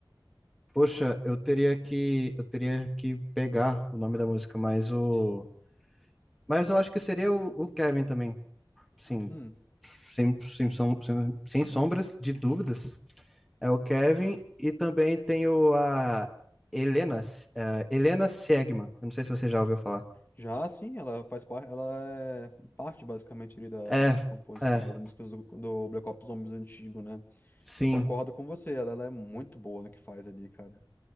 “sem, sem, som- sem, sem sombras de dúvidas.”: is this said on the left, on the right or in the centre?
Centre